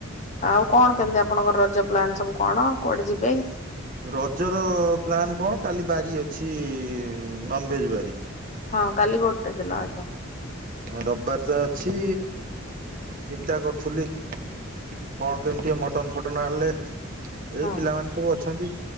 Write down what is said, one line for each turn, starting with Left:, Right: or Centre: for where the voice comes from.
Left: ଆଉ କଣ କେମତି ଆପଣଙ୍କର ରଜ ପ୍ଲାନ୍ ସବୁ କଣ କୁଆଡ଼େ ଯିବେ?
Right: ରଜର ପ୍ଲାନ୍ କଣ କାଲି ବାରି ଅଛି ନନଭେଜ୍ ବାରି।
Left: ହଁ କାଲି ଗୋଟେ ଦିନ ଆଜ୍ଞା।
Right: ରବିବାରତ ଅଛି ଚିନ୍ତା କରୁଥିଲି। କଣ କେମିତି ମଟନ୍ ଫୁଟନ୍ ଆଣିଲେ ଏଇ
Left: ହଁ
Right: ପିଲାମାନେ ସବୁ ଅଛନ୍ତି